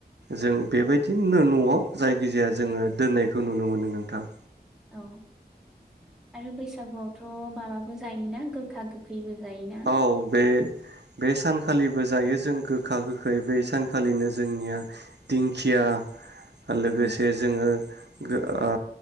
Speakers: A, on the right; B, in the centre.
A: जों बेबायदिनो न'आव जायखिजाया जोङो दोननायखौ नुनो मोनो नोंथां।
B: औ आरो बैसागुआवथ' माबाबो जायोना गोखा गोखैबो जायोना
A: औ बे बे सानखालिबो जायो जों गोखा गोखै बै सानखालिनो जोंनिया दिंखिया आरो लोगोसे
B: औ
A: जोङो गो ओ